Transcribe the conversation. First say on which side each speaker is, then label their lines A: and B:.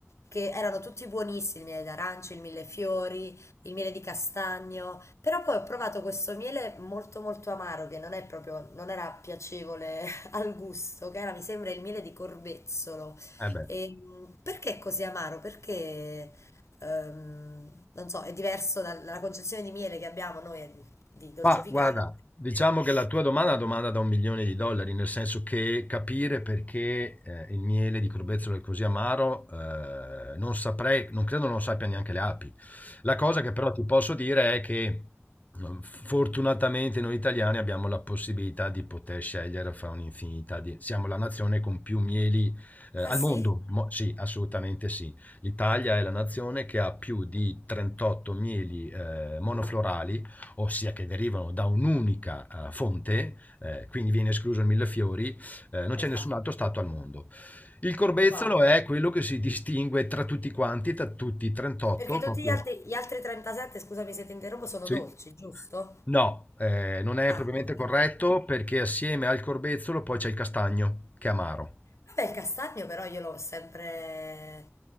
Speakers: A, on the left; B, on the left.
A: che erano tutti buonissimi, il miele d'arancio, il millefiori, il miele di castagno, però poi ho provato questo miele molto molto amaro che non è proprio, non era piacevole <laughs> al gusto, che era mi sembra il miele di corbezzolo.
B: Eh beh,
A: E, mh, perché è così amaro? Perché, ehm, non so, è diverso dal- dalla concezione di miele che abbiamo noi eh, di dolcificante.
B: ma guarda, diciamo che la tua domanda è una domanda da un milione di dollari, nel senso che capire perché eh, il miele di Corbezzolo è così amaro, eh, non saprei, non credo non lo sappia neanche le api. La cosa che però ti posso dire è che mh, fortunatamente noi italiani abbiamo la possibilità di poter scegliere fra un'infinità di... Siamo la nazione con più mieli eh, al
A: Ah sì?
B: mondo, Mo- sì, assolutamente sì. L'Italia è la nazione che ha più di 38 mieli eh, monoflorali ossia che derivano da un'unica eh, fonte, eh, quindi viene escluso il millefiori, eh, non c'è
A: Esatto.
B: nessun altro stato al mondo. Il corbezzolo
A: Wow.
B: è quello che si distingue tra tutti quanti, tra tutti i 38,
A: Perché tutti
B: proprio...
A: gli altri, gli altri 37, scusami se ti interrompo, sono
B: Sì.
A: dolci, giusto?
B: No, eh, non è
A: Ah,
B: propriamente
A: ok.
B: corretto perché assieme al corbezzolo poi c'è il castagno, che è amaro.
A: Vabbè, il castagno però io l'ho sempre,